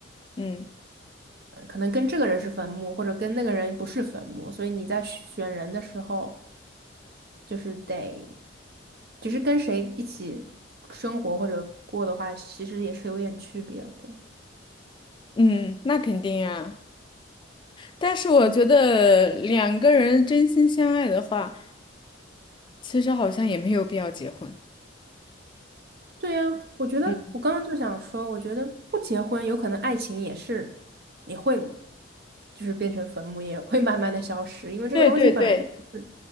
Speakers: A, on the left; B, on the right.
A: 嗯
B: 呃可能跟这个人是坟墓，或者跟那个人不是坟墓，所以你在选人的时候，就是得，就是跟谁一起生活或者过的话，其实也是有点区别的。
A: 嗯，那肯定啊。但是我觉得两个人真心相爱的话，其实好像也没有必要结婚。
B: 对呀，我觉得我刚刚就想说，
A: 嗯，
B: 我觉得不结婚，有可能爱情也是，也会就是变成坟墓，也会慢慢的消失，因为这个东西本来就。
A: 对对对，
B: 是。